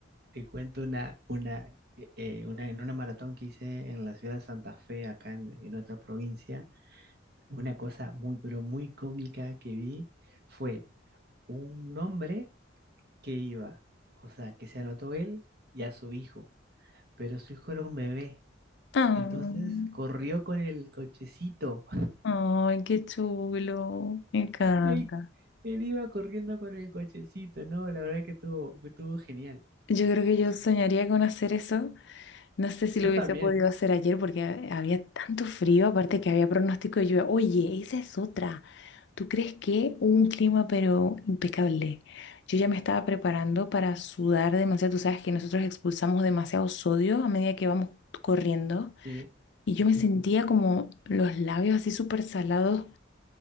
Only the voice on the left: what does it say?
<laughs>
Ah, ay, qué chulo, me encanta.
Yo creo que yo soñaría con hacer eso. No sé si
lo hubiese
podido hacer ayer porque ha- había tanto frío, aparte que había pronóstico de lluvia. Oye, esa es otra. ¿Tú crees que hubo un clima pero impecable? Yo ya me estaba preparando para sudar demasiado. Tú sabes que nosotros expulsamos demasiado sodio a medida que vamos corriendo.
Y
yo
me sentía como los labios así súper salados,